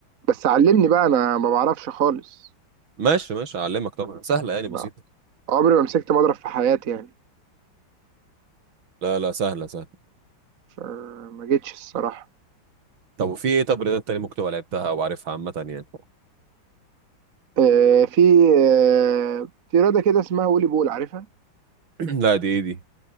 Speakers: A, on the right (about 45°); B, on the right (about 85°).
A: بس علمني بقى انا ما بعرفش خالص
B: ماشي ماشي اعلمك طبعا سهله يعني
A: لا
B: بسيطه
A: عمري ما مسكت مضرب في حياتي يعني
B: لا لا سهله سهله
A: فما جيتش الصراحه
B: طب وفي ايه طب رياضات تاني ممكن تبقى لعبتها او عارفها عامه يعني
A: آه في آه في رياضه كده اسمها فولي بول عارفها
B: <clears throat> لا دي ايه دي